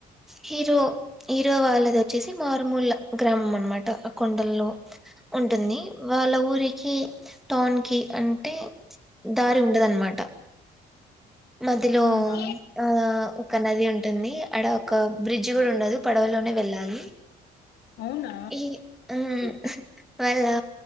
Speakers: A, in the centre; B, on the left (about 75°).
A: హీరో హీరో వాళ్ళది వచ్చేసి అది మారుమూల గ్రామం అనమాట కొండల్లో ఉంటుంది వాళ్ళ ఊరికి టోన్ కి అంటే దారి ఉండదన్నమాట మద్యలో
B: అవునా
A: ఆ ఒక నది ఉంటుంది, అడా ఒక బ్రిడ్జ్ కూడా ఉండదు పడవలోనే వెళ్ళాలి
B: అవునా
A: ఈ మ్
B: ఉమ్.
A: మళ్ళా